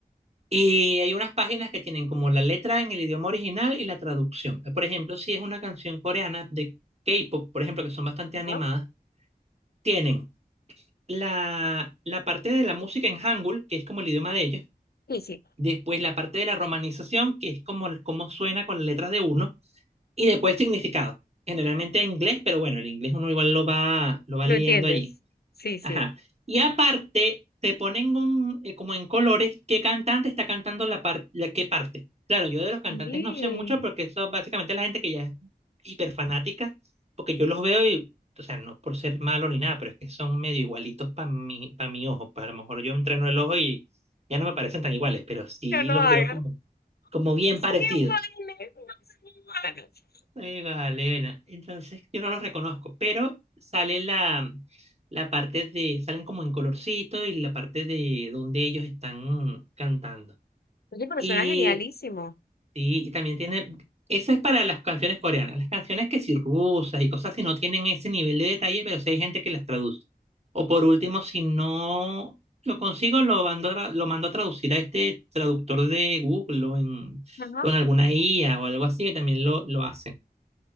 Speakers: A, on the right (about 40°); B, on the left (about 75°).
A: Y hay unas páginas que tienen como la letra en el idioma original y la traducción. Por ejemplo, si es una canción coreana de K-pop, por ejemplo, que son bastante
B: Ajá.
A: animadas, tienen la, la parte de la música en Hangul, que es como el idioma de ellos.
B: Sí, sí,
A: Después la parte de la romanización, que es como, el- cómo suena con las letras de uno. Y después el significado. Generalmente en inglés, pero bueno, el inglés uno igual lo va, lo va
B: lo
A: leyendo
B: entiendes.
A: allí.
B: Sí, sí.
A: Ajá. Y aparte, te ponen un, eh, como en colores qué cantante está cantando la, par- la qué parte. Claro, yo de los cantantes
B: Sí.
A: no sé mucho porque eso básicamente es la gente que ya es hiperfanática, porque yo los veo y, o sea, no por ser malo ni nada, pero es que son medio igualitos para mi, pa' mi ojo. Pa' a lo mejor yo entreno el ojo y ya no me parecen tan iguales, pero sí
B: No lo
A: los
B: hagas.
A: veo como,
B: No
A: como bien
B: Son
A: parecidos.
B: iguales, no son iguales.
A: Juega Elena. Entonces, yo no los reconozco, pero sale la, la parte de, salen como en colorcito y la parte de donde ellos están cantando.
B: Oye, pero
A: Y,
B: suena genialísimo.
A: sí, y también tiene, esa es para las canciones coreanas. Las canciones que sí rusas y cosas así no tienen ese nivel de detalle, pero sí hay gente que las traduce. O por último, si no lo consigo, lo mando a, tra- lo mando a traducir a este traductor de Google o en,
B: Ajá.
A: o en alguna IA o algo así, que también lo, lo hacen.